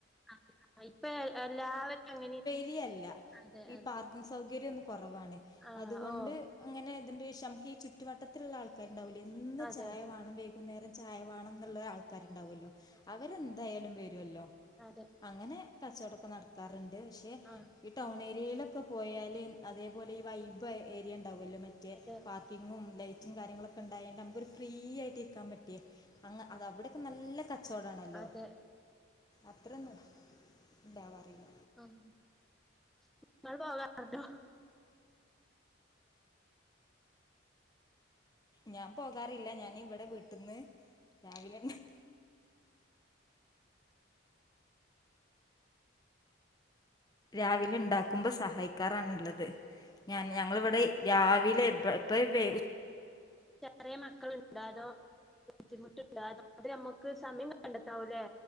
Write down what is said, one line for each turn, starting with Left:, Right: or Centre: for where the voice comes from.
Centre: ആ ഇപ്പൊ എല്ലാവരും അങ്ങനെ
Left: തിയല്ല
Centre: അതെ
Left: ഈ
Centre: അതെ
Left: പാർക്കിംഗ് സൗഗര്യോന്നു കുറവാണ്
Centre: ആ
Left: അതൊകൊണ്ട്
Centre: ഓ
Left: അങ്ങനെ തി- ഈശംകീ ചുറ്റുവട്ടത്തിലുള്ള ആൾക്കാര് ഉണ്ടാവൂലെ എന്നും
Centre: അതെ
Left: ചായ വാണം വേകുന്നേരം ചായ വാണംന്നുള്ള ആൾക്കാര് ണ്ടാവല്ലോ
Centre: അതെ
Left: അവരെന്തായാലും വെ - ല്ലോ
Centre: അതെ
Left: അങ്ങനെ. കച്ചവടൊക്കെ നടത്താറ് ണ്ട്. പക്ഷെ
Centre: ആ
Left: ഇ ടൗണേ ഏരിയയിലൊക്കെ പോയാല് അതേപോലെ ഈ വൈബ് ഏരിയ മറ്റേ
Centre: അതെ
Left: പാർക്കിങ്ങും ല റ്റും കാര്യങ്ങളൊക്കെ ഉണ്ടായണ്ട് നമു ഒരു ഫ്രീ ആയിട്ട് ഇരിക്കാൻ പറ്റിയേ അ അവിടെയൊക്കെ നല്ല കച്ചോടാണല്ലോ
Centre: അതെ
Left: അത്രന്ന ഉണ്ടാവാറില്ല
Centre: ആ നിങ്ങൾ പോകാറണ്ടോ
Left: ഞാൻ പോകാറില്ല ഞാൻ ഇവിടെ വീട്ടിന്ന് രാവിലന്നെ രാവിലെ ണ്ടാക്കും കുംഭ സഹായിക്കാറാണ്ള്ളത്. ഞാൻ ഞങ്ങളിവിടെ രാവിലെ ഇപ്പ വെയ്
Centre: ചെറിയ മക്കളുണ്ടൊ അതോ ബുദ്ധിമുട്ടുണ്ടോ അതോ അതി നമ്മുക്ക് സമയം കണ്ടെത്താവൂല്ലേ